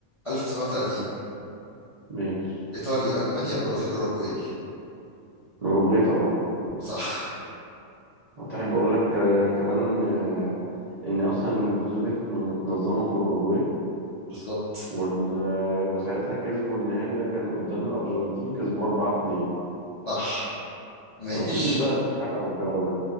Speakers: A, on the left; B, on the right.
A: 1930
B: ماشي
A: ايطاليا المانيا برازيل اوروجواي
B: الأوروجواي طبعا
A: صح
B: أحب أقول لك آه، كمان آه، إن أصلا البطولة دي كانت متنظمة في الأوروجواي
A: بالظبط
B: وال... آه، وساعتها كسبوا النهائي ده كان قدام الأرجنتين كسبوا 4-2
A: صح <laughs>
B: ما تقوليش
A: ماشي
B: بقى استحالة والجو ده